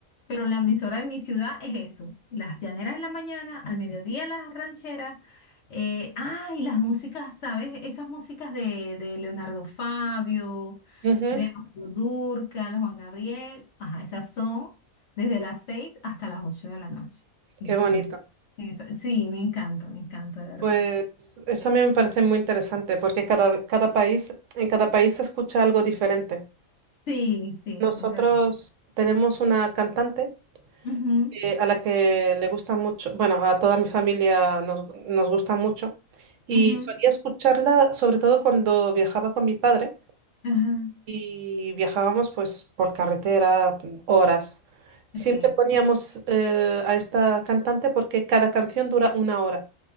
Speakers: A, on the left; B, on the right.
A: Pero la emisora de mi ciudad es eso, las llaneras en la mañana, al mediodía las rancheras, eh, ah, y las músicas, ¿sabes? Esas músicas de, de Leonardo Fabio,
B: Ujú,
A: de Rocío Dúrcal, Juan Gabriel, ajá, esas son desde las 6 hasta las 8 de la noche. Y
B: Qué bonito.
A: tú la- esa- sí, me encanta, me encanta, de verdad.
B: Pues eso a mí me parece muy interesante porque cada, cada país, en cada país se escucha algo diferente.
A: Sí, sí,
B: Nosotros
A: es verdad.
B: tenemos una cantante.
A: Ujú,
B: que- a la que le gusta mucho, bueno, a toda mi familia nos, nos gusta mucho y
A: ujú,
B: solía escucharla sobre todo cuando viajaba con mi padre
A: ajá,
B: y viajábamos pues por carretera mm, horas. Siempre
A: ok.
B: poníamos eh, a esta cantante porque cada canción dura una hora,